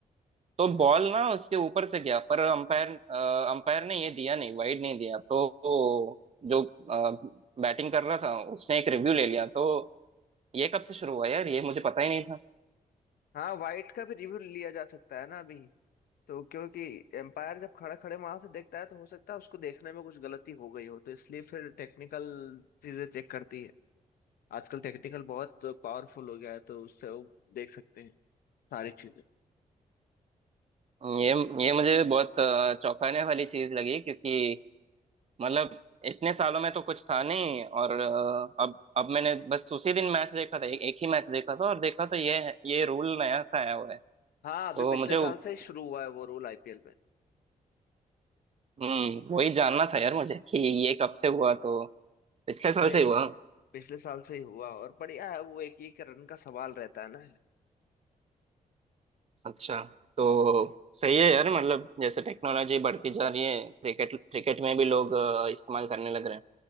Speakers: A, on the right (about 45°); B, on the left (about 80°).
A: तो बॉल ना उसके ऊपर से गया पर अंपायर अंपायर ने ये दिया नहीं वाइड नहीं दिया तो, तो जो बैटिंग कर रहा था उसने एक रिव्यू ले लिया तो ये कब से शुरू हुआ यार ये मुझे पता ही नहीं था
B: हाँ वाइट का भी रिव्यू लिया जा सकता है ना अभी तो क्योंकि एम्पायर जब खड़ा खड़े वहां से देखता है तो हो सकता है उसको देखने में कुछ गलती हो गई हो तो इसलिए फिर टेक्निकल चीजें चेक करती है आजकल टेक्निकल बहुत पावरफुल हो गया है तो उससे वो देख सकते हैं सारी चीजें
A: ये ये मुझे बहुत अ, चौंकाने वाली चीज लगी क्योंकि मतलब इतने सालों में तो कुछ था नहीं और अ, अब अब मैंने बस उसी दिन मैच देखा था एक एक ही मैच देखा था और देखा तो ये है- ये रूल नया सा आया हुआ है
B: हाँ अभी
A: तो
B: पिछले
A: मुझे
B: साल
A: वो-
B: से ही शुरू हुआ है वो रूल आईपीएल में
A: हम्म वही जानना था यार मुझे कि ये कब से हुआ तो पिछले साल
B: नहीं
A: से ही हुआ
B: पिछले साल से ही हुआ और बढ़िया है वो एक एक रन का सवाल रहता है ना
A: अच्छा तो सही है यार मतलब जैसे टेक्नोलॉजी बढ़ती जा रही है क्रिकेट क्रिकेट में भी लोग अ, इस्तेमाल करने लग रहे हैं